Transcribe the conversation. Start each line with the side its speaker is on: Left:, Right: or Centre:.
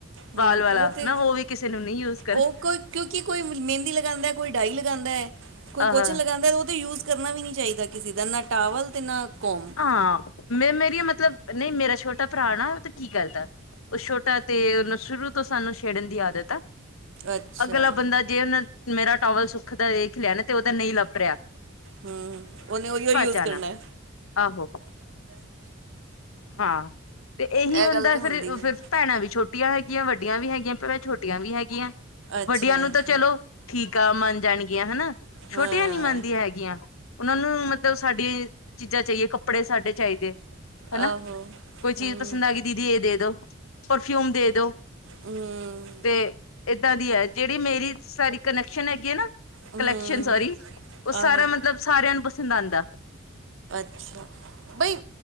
Right: ਹਮ
Left: ਵਾਲ ਵਾਲਾ
Right: ਉਹ ਤੇ
Left: ਮੈਂ ਵੀ ਕਿਸੇ ਨੂੰ ਨਹੀਂ ਯੂਜ ਕਰ
Right: ਉਹ ਕੋਈ ਕਿਉਂਕਿ ਕੋਈ ਮਹਿੰਦੀ ਲਗਾਉਂਦਾ ਕੋਈ ਡਾਈ ਲਗਾਉਂਦਾ ਹੈ ਕੋਈ
Left: ਆਹ
Right: ਕੁਛ ਲਗਾਉਦਾ ਉਹ ਯੂਜ ਕਰਨਾ ਵੀ ਨਹੀਂ ਚਾਹੀਦਾ ਕਿਸੇ ਦਾ ਨਾ ਟਾਵਲ ਅਤੇ ਨਾ ਕੋਮ
Left: ਹਾਂ ਮੈਂ ਮੇਰੀ ਮਤਲਬ ਨਹੀਂ ਮੇਰਾ ਛੋਟਾ ਭਰਾ ਨਾ ਉ ਤੇ ਕੀ ਕਰਦੈ ਉ ਛੋਟਾ ਤੇ ਓਨੂ ਸ਼ੁਰੂ ਤੋਂ ਸਾਨੂੰ ਛੇੜਨ ਦੀ ਆਦਤ ਆ।
Right: ਅੱਛਾ
Left: ਅਗਲਾ ਬੰਦਾ ਜੇ ਓਨੇ ਮੇਰਾ ਟੋਵੇਲ ਸੁੱਕਦਾ ਦੇਖ ਲਿਆ ਨਾ ਤੇ ਓਦਾ ਨਹੀਂ ਲੱਭ ਰਿਆ
Right: ਹਾਂ, ਓਨੇ ਓਹੀਓ ਯੂਜ
Left: ਜਾਣਾ
Right: ਕਰਨੈ।
Left: ਆਹੋ, ਹਾਂ ਤੇ ਏਹੀ
Right: ਇਹ
Left: ਹੁੰਦੈ
Right: ਗੱਲ ਤੇ
Left: ਫਿਰ
Right: ਹੁੰਦੀ ਹੈ
Left: ਫਿਰ ਭੈਣਾਂ ਵੀ ਛੋਟੀਆਂ ਹੈਗੀਆਂ ਵੱਡੀਆਂ ਵੀ ਹੈਗੀਆਂ ਭਵੇ ਛੋਟੀਆਂ ਵੀ ਹੈਗੀਆਂ
Right: ਅੱਛਾ
Left: ਵੱਡੀਆਂ ਨੂੰ
Right: ਅੱਛਾ
Left: ਤਾਂ ਚਲੋ, ਠੀਕ ਆ ਮਨ ਜਾਣਗੀਆਂ ਹਨਾ। ਛੋਟੀਆਂ
Right: ਹਾਂ
Left: ਨੀ ਮੰਨਦੀਆਂ ਹੈਗੀਆਂ ਔਨਾਂ ਨੂੰ ਮਤਲਬ ਸਾਡੀ ਕੱਪੜੇ ਸਾਡੇ ਹੀ ਚਾਹੀਦੇ ਹਨਾ
Right: ਆਹੋ
Left: ਕੋਈ ਚੀਜ਼
Right: ਹੂੰ
Left: ਪਸੰਦ ਆ ਗੀ ਦੀਦੀ ਏ ਦੇ ਦੋ। ਪਰਫਿਊਮ ਦੇ ਦੋ।
Right: ਹੂੰ
Left: ਤੇ ਏਦਾਂ ਦੀ ਐ। ਜੇੜੀ ਮੇਰੀ ਸਾਰੀ ਕਨੈਕਸ਼ਨ ਹੈਗੀ ਏ ਨਾ
Right: ਹੂੰ
Left: ਕਲੈਕਸ਼ਨ ਸੋਰੀ ਓਹ ਸਾਰਾ
Right: ਆਹੋ
Left: ਮਤਲਬ ਸਾਰਿਆਂ ਨੂੰ ਪਸੰਦ ਆਂਦਾ।
Right: ਅੱਛਾ ਬਈ